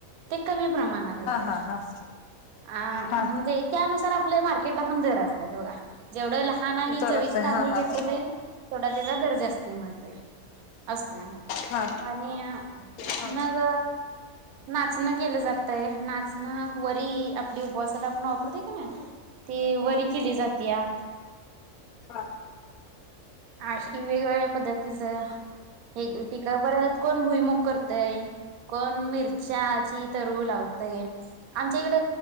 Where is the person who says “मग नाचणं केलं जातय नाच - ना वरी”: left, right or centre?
Right